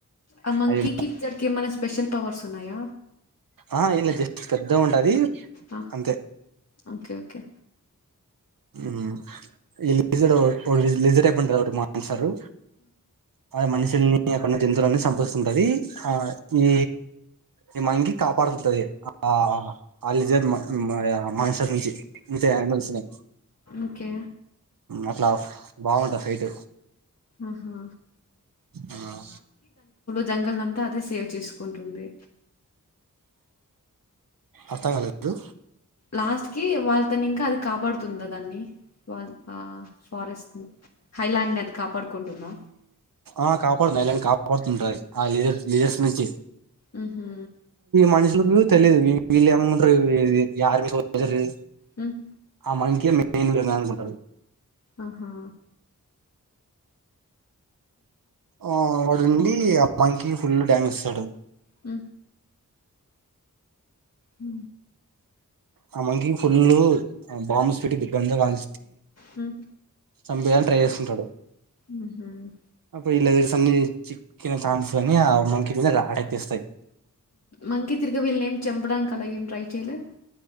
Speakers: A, on the left; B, on the right.
A: ఆ మంకీ
B: అవి
A: కి <unintelligible> ఏమన్న స్పెషల్ పవర్స్ ఉన్నాయ
B: ఆహా ఎం లే జస్ట్ పెద్ద గా ఉంటది
A: ఆ
B: అంతే
A: ఓకే ఓకే
B: మ్మ్ ఈ లీజడ్ అవర్ ఒడు విజ్ లిజెన్ టే పన్ర ఒకటి మాన్సరు ఆ మనుషిల్ని అక్కనున్న జంతువులన్నీ సంపొస్తుంటది హా ఈ ఈ మంకీ కాపాడుతుంటది ఆ అలిన్ జర్ మాయ మాంస్టర్ నుంచి ఇంతే యానిమల్స్ని
A: ఓకే.
B: అట్లాఫ్ బాగుంటా ఫైట్
A: ఆహా!
B: ఆ
A: జంగల్ అంతా అదే సేవ్ చేసుకుంటుంది
B: అర్థం కాలేదు
A: లాస్ట్ కి వాళ్ళ తను ఇంకా అది కాపాడుతుందా దాన్ని వాళ్ళ ఆ ఫారెస్ట్ ను హైలాండ్ ని అది కాపాడుకుంటుందా
B: ఆ కాపాడుతుంది ఐలాండ్ ని కాపాడుతుంటాదది ఆ లిజర్ లిజర్స్ నుంచి
A: హుహు.
B: మనిషలోకి తెలిదు ళ్ళమంట య
A: హ్మ్.
B: ఆ మంకీ మెయిన్ <unintelligible> తడు
A: ఆహా
B: ఆ వాడుండి మంకి ఫుల్ డ్యామేజ్స్తాడు
A: అ హ
B: ఆ మకి ఫుల్ బాంబుస్ పెట్టి బంద వాల్
A: హ్మ్.
B: చంపని ట్రై చేస్తుంటాడు
A: హుహు.
B: అప్పుడు ఈలరీస్ అన్న కన్న ఛాన్స్ అని ఆ మంకి మీద అటాక్ చేస్తాయి
A: మంగితిిరుగ వ వెళ నం చేంపడం మ్ కదా ఈ ట్రై చేయలే